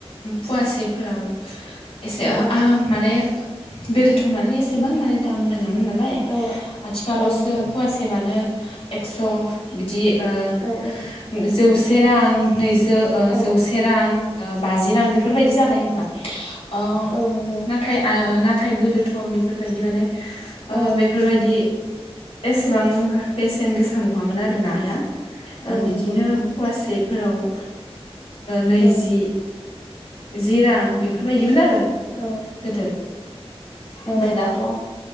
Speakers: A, on the left; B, on the left.
A: फुवासेफोराव एसे
B: औ औ
A: माने गोदोथ' माने एसेबां माने दाम नङा हामोन नालाय
B: औ
A: आथिखालावसो
B: औ नंगौ
A: फवासेबानो स बिदि ओ
B: औ औ
A: जौसे रां नै जौ
B: औ
A: जौसे रां बाजि रां बे बेफोरबायदि जाबाय होनबा ओ
B: औ नंगौ
A: नाथाय नाथाय गोदोथ' बेफोरबायदि माने ओ
B: औ
A: बेफोरबायदि एसेबां बेसेन गोसा नङामोन आरो नाया
B: औ
A: ओ बि-
B: नंगौ
A: बिदिनो
B: नोंथां
A: फवासेफोराव ओ नैजि
B: औ
A: जि रां बेफोरबायदिमोन आरो
B: औ।
A: गोदो
B: औ
A: ओमफ्राय दाथ' ओ